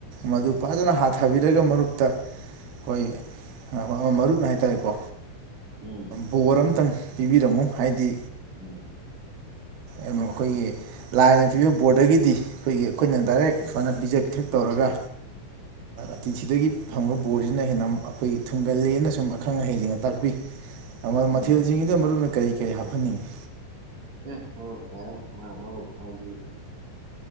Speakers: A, on the right; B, on the right.
A: ꯃꯗꯨ ꯐꯖꯅ ꯍꯥꯊꯕꯤ ꯑꯗꯨꯒ ꯃꯔꯨꯞꯇ ꯑꯩꯈꯣꯏ ꯃꯔꯨꯞꯅ ꯍꯥꯏꯇꯥꯔꯦꯀꯣ
B: ꯎꯝ ꯎꯝ
A: ꯕꯣꯔ ꯑꯃꯇꯪ ꯄꯤꯕꯤꯔꯝꯃꯣ ꯍꯥꯏꯗꯤ
B: ꯎꯝ
A: ꯑꯩꯈꯣꯏꯒꯤ ꯂꯥꯏꯅ ꯄꯤꯕ ꯕꯣꯔꯗꯒꯤꯗꯤ ꯑꯩꯈꯣꯏꯒꯤ ꯑꯩꯈꯣꯏꯅ ꯗꯥꯏꯔꯦꯛ ꯁꯨꯃꯥꯏꯅ ꯄꯤꯖ ꯄꯤꯊꯛ ꯇꯧꯔꯒ ꯑꯇꯤꯊꯤꯗꯒꯤ ꯐꯪꯕ ꯕꯣꯔꯁꯤꯅ ꯍꯦꯟꯅ ꯑꯩꯈꯣꯏ ꯊꯨꯡꯒꯂꯦꯅ ꯁꯨꯝ ꯑꯈꯪ ꯑꯍꯩꯁꯤꯡꯅ ꯇꯥꯛꯄꯤ
B: ꯎꯝ
A: ꯃꯊꯦꯜꯁꯤꯡꯁꯤꯗ ꯃꯔꯨ ꯑꯣꯏꯅ ꯀꯔꯤ ꯀꯔꯤ ꯍꯥꯞꯍꯟꯅꯤꯡꯉꯤ
B: <unintelligible> ꯃꯔꯨꯞ ꯍꯥꯏꯗꯤ